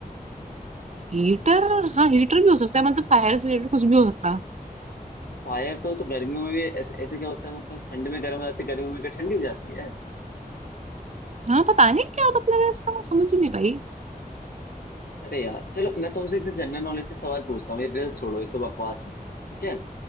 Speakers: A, on the right; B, on the left.
A: हीटर हाँ हीटर भी हो सकता है मतलब फायर से रिलेटेड कुछ भी हो सकता है
B: फायर तो तो गर्मियों में भी ऐसे ऐसे क्या होता है मतलब ठंड में गर्म हो जाती है गर्मियों में क्या ठंडी हो जाती है
A: हाँ पता नहीं क्या मतलब है इसका मैं समझ ही नहीं पाई
B: अरे यार चलो मैं तुमसे एक जनरल नॉलेज के सवाल पूछता हूँ ये रिल्स छोड़ो ये तो बकवास है ठीक है